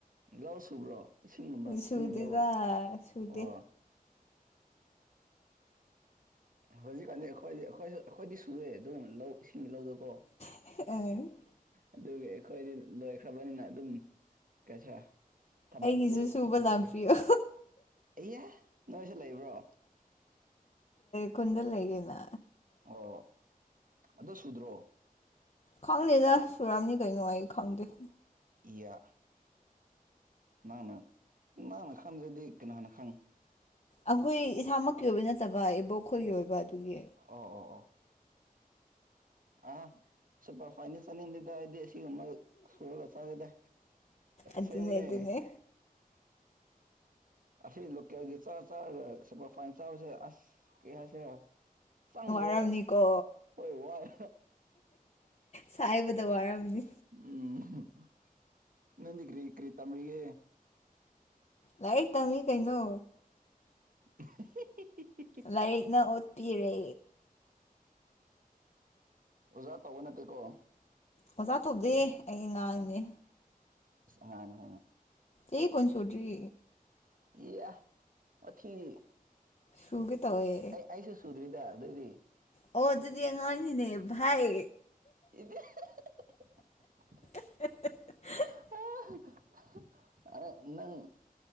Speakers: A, on the right (about 65°); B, on the left (about 45°).
A: ꯂꯧ ꯁꯨꯕ꯭ꯔꯣ ꯏꯁꯤꯡꯒꯨꯝꯕ ꯏꯁꯤꯡ
B: ꯁꯨꯗꯦꯗ
A: ꯂꯧꯔꯣ
B: ꯁꯨꯗꯦ
A: ꯑꯣ ꯍꯧꯖꯤꯛꯀꯥꯟꯗꯤ ꯑꯩꯈꯣꯏꯗꯤ ꯑꯩꯈꯣꯏꯁꯨ ꯑꯩꯈꯣꯏꯗꯤ ꯁꯨꯔꯦ ꯑꯗꯨꯝ ꯂꯧ ꯏꯁꯤꯡꯒꯤ ꯂꯧꯗꯨꯀꯣ
B: <unintelligible>
A: ꯑꯗꯨꯒꯒꯤ ꯑꯩꯈꯣꯏꯗꯤ ꯂꯣꯏꯈ꯭ꯔꯕꯅꯤꯅ ꯑꯗꯨꯝ ꯀꯩꯁꯔ ꯊꯕꯛꯇꯨ
B: ꯑꯩꯒꯤꯁꯨ ꯁꯨꯕ
A: ꯂꯩꯇ꯭ꯔꯦ
B: ꯂꯥꯛꯄꯤꯌꯣ
A: ꯏꯍ ꯅꯣꯏꯁꯨ ꯂꯩꯕ꯭ꯔꯣ
B: ꯀꯨꯟꯗ ꯂꯩꯒꯦꯅ
A: ꯑꯣ ꯑꯗꯨ ꯁꯨꯗ꯭ꯔꯣ
B: ꯈꯪꯗꯦꯗ ꯁꯨꯔꯝꯅꯤ ꯀꯩꯅꯣ ꯍꯥꯏ ꯈꯪꯗꯦ
A: ꯏꯌꯥ ꯅꯪꯅ ꯅꯪꯅ ꯈꯪꯖꯦꯗꯤꯦ ꯀꯅ ꯍꯅ ꯈꯪ
B: ꯑꯩꯈꯣꯏ ꯏꯁꯥꯃꯛꯀꯤ ꯑꯣꯏꯕ ꯅꯠꯇꯕ ꯏꯕꯣꯛꯈꯣꯏꯒꯤ ꯑꯣꯏꯕ ꯑꯗꯨꯒꯤ
A: ꯑꯣ ꯑꯣ ꯑꯣ ꯑ ꯁꯄ ꯐꯥꯏꯅꯦꯜꯁꯗꯦ ꯁꯤꯒ ꯁꯨꯔꯒꯁ ꯀꯗ
B: ꯑꯗꯨꯅꯦ
A: ꯁ ꯃꯅꯦ
B: ꯑꯗꯨꯅꯦ
A: ꯑꯁꯤ ꯂꯣꯀꯦꯜꯒꯤ ꯆꯥ ꯆꯥꯔꯒ ꯁꯨꯄꯔ ꯐꯥꯏꯟ ꯆꯥꯕꯁꯦ ꯑꯁ ꯀꯩ ꯍꯥꯏꯁꯤꯔꯥ ꯆꯪꯗꯦꯕ
B: ꯋꯥꯔꯝꯅꯤꯀꯣ
A: ꯍꯣꯏ ꯋꯥꯏ
B: ꯁꯥꯏꯕꯗ ꯋꯥꯔꯝꯅꯤ
A: ꯎꯝ ꯅꯒ꯭ꯔꯤ ꯏ ꯀ꯭ꯔꯤ ꯇꯝꯒ
B: ꯂꯥꯏ ꯇꯝꯃꯤ ꯀꯩꯅ
A: ꯤ ꯊꯤꯛ ꯊꯤ ꯊꯤ
B: ꯂꯥꯏꯔꯤꯛꯅ ꯑꯣꯠꯄꯤꯔꯦ
A: ꯑꯣꯖꯥ ꯇꯧꯕ ꯅꯠꯇꯦꯀꯣ
B: ꯑꯣꯖꯥ ꯇꯧꯗꯦ ꯑꯩ ꯑꯉꯥꯡꯅꯦ
A: ꯍꯥꯏꯅꯦ
B: ꯑꯦ ꯀꯟ ꯆꯣꯗ꯭ꯔꯤ
A: ꯏ ꯑ ꯑꯣꯊꯤꯗꯤ
B: ꯁꯨꯒꯦ ꯇꯧꯋꯦ
A: ꯑꯩ ꯑꯩꯁꯨ ꯁꯨꯗ꯭ꯔꯤꯗ ꯑꯗꯨꯑꯣꯏꯗꯤ
B: ꯑꯣ ꯑꯗꯨꯗꯤ ꯑꯉꯥꯡꯅꯤꯅꯦ ꯚꯥꯏ
A: <unintelligible>
B: <unintelligible>
A: ꯑ ꯑ ꯅꯪ